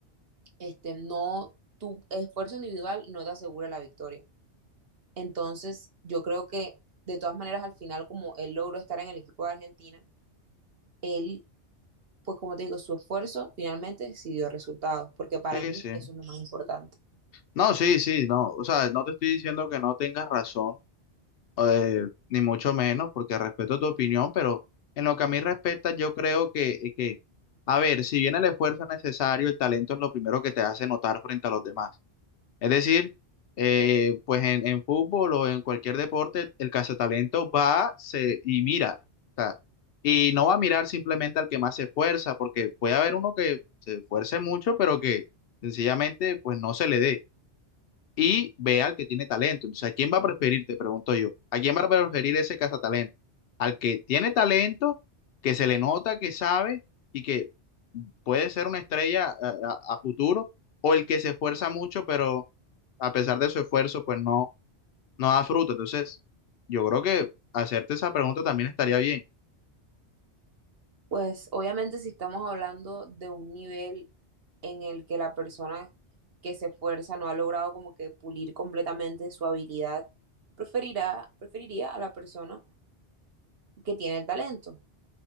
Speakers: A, on the right (about 60°); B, on the left (about 60°).
A: este, no, tu esfuerzo individual no te asegura la victoria. Entonces, yo creo que de todas maneras, al final, como él logró estar en el equipo de Argentina, él pues como te digo, su esfuerzo finalmente sí dio resultados, porque para
B: Sí,
A: mí
B: sí.
A: eso es lo más importante.
B: No, sí, sí, no. O sea, no te estoy diciendo que no tengas razón, eh, ni mucho menos, porque respeto tu opinión, pero en lo que a mí respecta, yo creo que, eh, que, a ver, si bien el esfuerzo es necesario, el talento es lo primero que te hace notar frente a los demás. Es decir, eh, pues en, en fútbol o en cualquier deporte, el cazatalento va se, y mira. o sea, y no va a mirar simplemente al que más se esfuerza, porque puede haber uno que se esfuerce mucho, pero que sencillamente pues no se le dé y ve al que tiene talento. Entonces, ¿a quién va a preferir? Te pregunto yo. ¿A quién va a preferir ese cazatalento? Al que tiene talento, que se le nota, que sabe y que puede ser una estrella a, a- a futuro, o el que se esfuerza mucho, pero a pesar de su esfuerzo, pues no no da fruto. Entonces, yo creo que hacerte esa pregunta también estaría bien.
A: Pues obviamente si estamos hablando de un nivel en el que la persona que se esfuerza no ha logrado como que pulir completamente su habilidad, preferirá, preferiría a la persona que tiene el talento.